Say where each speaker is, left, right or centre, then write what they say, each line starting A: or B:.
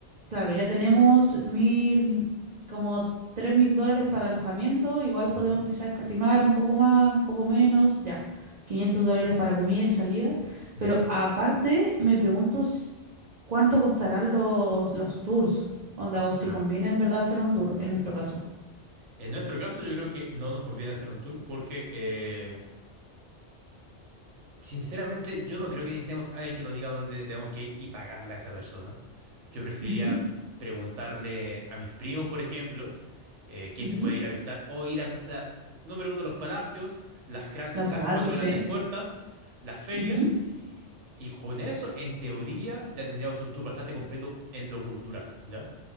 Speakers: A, on the right (about 55°); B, on the right (about 80°).
A: claro, ya tenemos mil, como tres mil dólares para alojamiento, igual
B: Ujú,
A: podemos quizás escatimar un poco más, un poco menos, ya, 500 dólares para comida y salida.
B: ujú.
A: Pero aparte, me pregunto s- cuánto costarán los, los tours, onda, o si
B: Ah,
A: conviene en verdad hacer un tour, en nuestro caso.
B: en nuestro caso, yo creo que no nos conviene hacer un tour porque, eh, sinceramente, yo no creo que necesitemos a alguien que nos diga dónde tenemos que ir y pagarle a esa persona. Yo preferiría
A: Ujú,
B: preguntarle a mis primos, por ejemplo, eh, qué
A: ujú.
B: se puede ir a visitar o ir a visitar, número uno, los palacios, las, crate-
A: Los
B: las
A: palacios,
B: cuatro grandes
A: sí.
B: puertas, las ferias
A: Ujú.
B: Y con eso, en teoría, ya tendríamos un tour bastante completo en lo cultural, ¿ya?